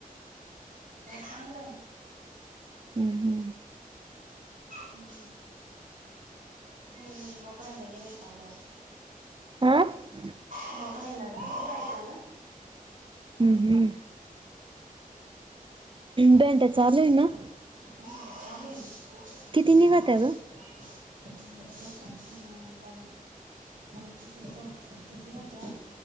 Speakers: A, on the right (about 65°); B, on the right (about 35°).
A: चांगलंय ना
B: हम्म हम्म
A: हम्म. ज बोकडयांना गिऱ्हाईक आलं वाटत.
B: हा हम्म
A: बोकड्याला गिऱ्हाईक आलं.
B: हम्म. हम्. डेंटा चालू आहे ना?
A: ह चालूये ना.
B: किती निघत्या ग?
A: <unintelligible> कालची ती चौ किती होत्या?